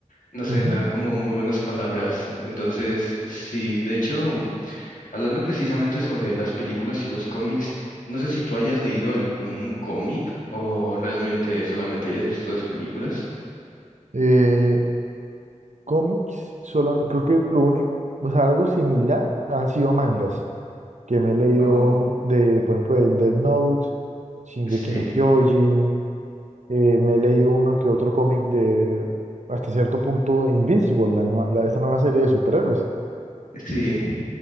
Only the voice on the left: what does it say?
no sé,
me dan como muy buenas palabras. Entonces, sí, de hecho, mm, hablando precisamente sobre las películas y los cómics, no sé si tú hayas leído algún cómic o realmente solamente hayas visto las películas.
Oh,
sí,
sí,